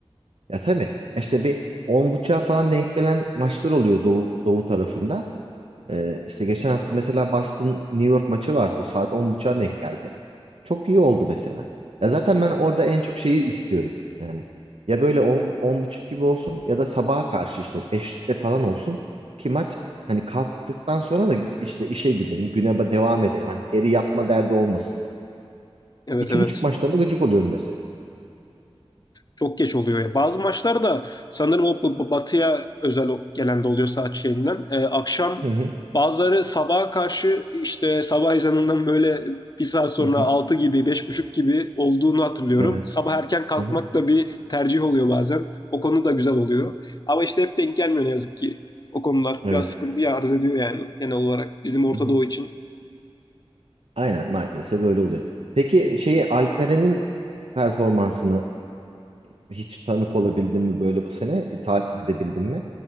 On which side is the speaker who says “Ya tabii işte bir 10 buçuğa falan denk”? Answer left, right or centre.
Right